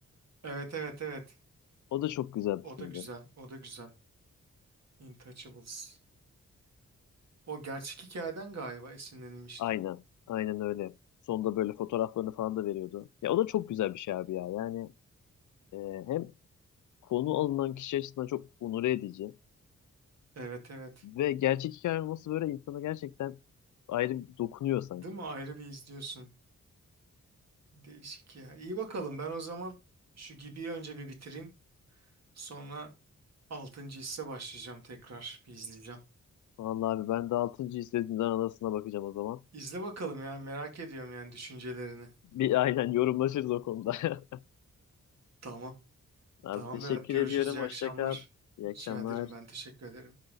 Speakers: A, on the right (about 60°); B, on the left (about 85°).
A: Evet evet evet.
B: O da çok güzel
A: O
B: bir filmdi.
A: da güzel. O da güzel. Intouchables. O gerçek hikayeden galiba esinlenilmişti.
B: Aynen. Aynen öyle. Sonunda böyle fotoğraflarını falan da veriyordu. Ya o da çok güzel bir şey abi ya. Yani e, hem konu alınan kişi açısından çok onore edici
A: Evet evet.
B: ve gerçek hikaye olması böyle insanı gerçekten ayrı bir dokunuyor sanki.
A: Değil mi? Ayrı bir izliyorsun. Değişik ya. İyi bakalım. Ben o zaman şu gibi önce bir bitireyim. Sonra altıncı hisse başlayacağım tekrar. Bir izleyeceğim.
B: Vallahi abi ben de altıncı izlediğimden arasına bakacağım o zaman.
A: İzle bakalım ya. Merak ediyorum yani düşüncelerini.
B: Bir aynen yorumlaşırız o konuda. <laughs>
A: Tamam.
B: Abi
A: Tamam
B: teşekkür
A: Berat. Görüşürüz.
B: ediyorum.
A: İyi
B: Hoşça
A: akşamlar.
B: kal. İyi
A: Rica
B: akşamlar.
A: ederim. Ben teşekkür ederim.